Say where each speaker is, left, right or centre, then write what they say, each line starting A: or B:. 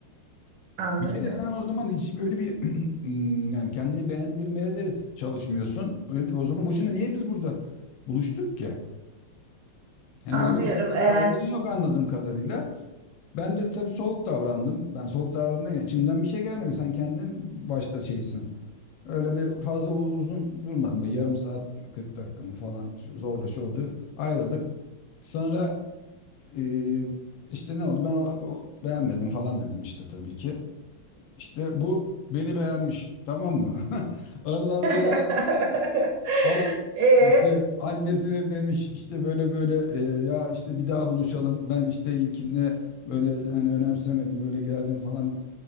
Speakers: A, on the right; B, on the left.
A: Anladım.
B: Bir kere sen o zaman hiç böyle bir <clears throat> yani kendini beğendirmeye de çalışmıyorsun. Öyle, o zaman boşuna niye biz burada buluştuk ki? Yani
A: Anlıyorum.
B: öyle bir kaygı,
A: Ee.
B: kaygın yok anladığım kadarıyla. Ben de tabii soğuk davrandım. Ben soğuk davrandım. derken içimden bir şey gelmedi. Sen kendin başta şeysin. Öyle bir fazla u- uzun durmadım. Böyle yarım saat, 40 dakika mı falan şu- zorla şey oldu. Ayrıldık. Sonra e, işte ne oldu? Ben o- o- beğenmedim falan dedim işte tabii ki. İşte bu beni beğenmiş tamam mı? <laughs> Ondan
A: <laughs>
B: sonra ala
A: Ee?
B: işte annesine demiş işte böyle böyle e, ya işte bir daha buluşalım. Ben işte ilkinde böyle hani önemsemedim böyle geldim falan.